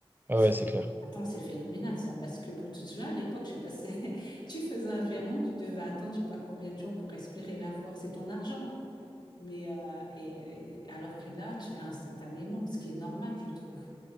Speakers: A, on the right (about 20°); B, on the left (about 45°).
A: ouais,
B: C'est
A: ouais, c'est clair.
B: attends, c'est phénoménal ça, parce que bon, tu te souviens à l'époque, je sais pas si <laughs> tu faisais un virement, tu devais attendre, je sais pas combien de jours pour espérer l'avoir. C'est ton argent, hein. Mais euh, et, et- alors que là, tu l'as instantanément, ce qui est normal, je trouve.